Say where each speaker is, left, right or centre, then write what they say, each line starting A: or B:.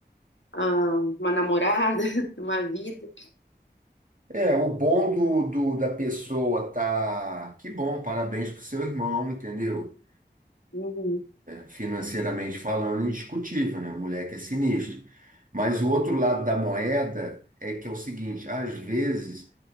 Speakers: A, on the left; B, on the right.
A: Ah, uma namorada, <laughs> uma vida.
B: é, o bom do, do- da pessoa tá. Que bom, parabéns pro seu irmão, entendeu?
A: Uhum.
B: financeiramente falando, indiscutível, né? O moleque é sinistro. Mas o outro lado da moeda é que é o seguinte, às vezes